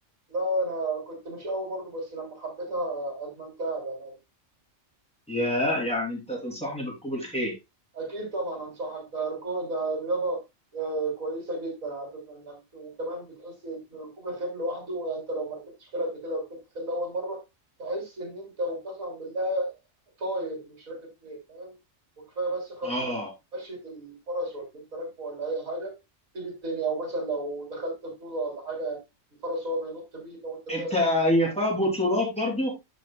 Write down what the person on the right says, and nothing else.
لا أنا كنت مش قوي برضو بس لما حبيتها أدمنتها بأمانة
أكيد طبعا أنصحك ده ركوب ده رياضة آه، كويسة جدا على فكرة إنك- وكمان بتحس إن ركوب الخيل لوحده يعني أنت لو ما ركبتش خيل قبل كده وركبت خيل أول مرة تحس إن أنت وقسما بالله طاير مش راكب فين فاهم وكفايه بس خط
مش- مشية الفرس ولا انت راكبه ولا اي حاجه تسيب الدنيا او مثلا لو دخلت بطوله ولا حاجه الفرس هو بينط بيك او انت